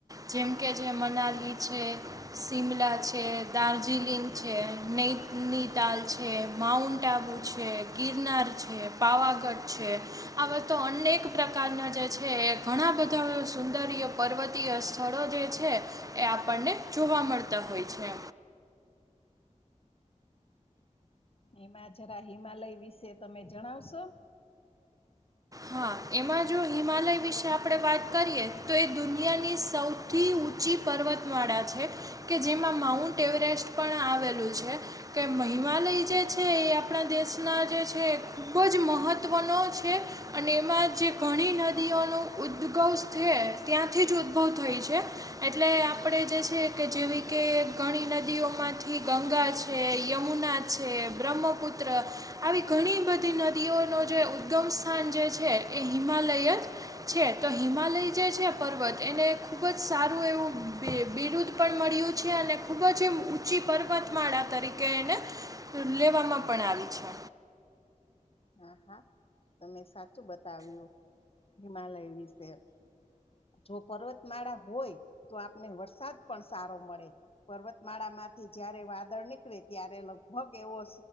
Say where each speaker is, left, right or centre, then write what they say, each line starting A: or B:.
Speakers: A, on the right; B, on the left.
A: જેમ કે જે મનાલી છે. શિમલા છે દાર્જિલિંગ છે નૈનીતાલ છે. માઉન્ટ આબુ છે ગિરનાર છે પાવાગઢ છે. આ તો અનેક પ્રકારના જે છે ઘણા બધા સુંદર પર્વતીય. સ્થળો જે છે એ આપણને જોવા મળતા હોય છે.
B: હમા જરા હિમાલય વિશે તમે જણાવશો.
A: હા એમાં જો હિમાલય વિશે આપણે વાત કરીએ તો એ દુનિયાની સૌ. સૌથી ઊંચી પર્વતમાળા છે કે જેમાં માઉન્ટ એવરેસ્ટ પણ આવેલું છે. કે મહિમાલય જે છે એ આપણા દેશના જે છે ખૂબ જ મહત્ત્વનો છે. અને એમાં જે ઘણી નદીઓનો ઉદ્ગવ છે ત્યાંથી જ ઉદ્ભવ થાય છે. એટલે આપણે જે છે કે જેવી કે ઘણી નદીઓમાંથી ગંગા છે યમુના. છે બ્રહ્મપુત્ર આવી ઘણી બધી નદીઓનો જે ઉદગમ. થ જે છે એ હિમાલયત. છે તો હિમાલય જે છે પર્વત એને ખુબજ સારું એવું બિરુદ. પણ મળ્યું છે અને ખુબજ એ ઊંચી પર્વતમાળા તરીકે એને. લેવામાં પણ આવી છે.
B: હા હા તમે સાચું બતાવ્યું હિમાલય વિશે. જો પર્વતમાળા હોય તો આપને વરસાદ પણ સારો મળે. પર્વતમાળા માંથી જયારે વાદળ નીકળે ત્યારે લગભગ એવો.